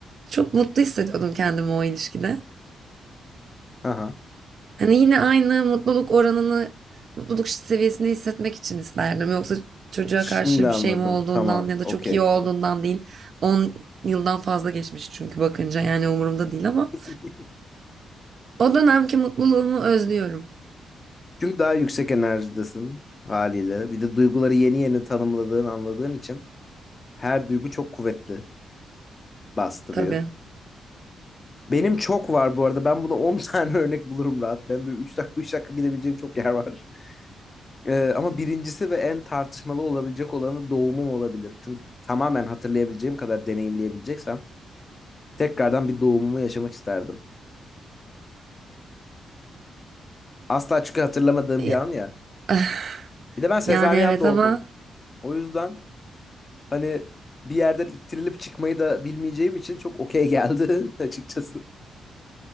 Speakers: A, on the right (about 60°); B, on the left (about 35°).
A: Çok mutlu hissediyordum kendimi o ilişkide.
B: Aha.
A: Hani yine aynı mutluluk oranını, mutluluk seviyesini hissetmek için isterdim. Yoksa çocuğa
B: Şimdi
A: karşı
B: anladım.
A: bir şey mi olduğundan
B: Tamam.
A: ya da
B: Okey.
A: çok iyi olduğundan değil. 10 yıldan fazla geçmiş çünkü bakınca yani umurumda değil ama
B: <laughs>
A: o dönemki mutluluğumu özlüyorum
B: Çünkü daha yüksek enerjidesin haliyle. Bir de duyguları yeni yeni tanımladığın, anladığın için her duygu çok kuvvetli bastırıyor.
A: tabii.
B: Benim çok var bu arada. Ben buna 10 <laughs> tane örnek bulurum rahat. Ben böyle 3 dakika 3 dakika gidebileceğim çok yer var. Ee, ama birincisi ve en tartışmalı olabilecek olanı doğumum olabilir. Çünkü tamamen hatırlayabileceğim kadar deneyimleyebileceksem tekrardan bir doğumumu yaşamak isterdim. Asla çünkü hatırlamadığım
A: Ya-
B: bir an ya.
A: <laughs>
B: Bir de ben sezaryen
A: Yani evet
B: doğdum.
A: ama
B: O yüzden hani bir yerden ittirilip çıkmayı da bilmeyeceğim için çok okey geldi <laughs> açıkçası.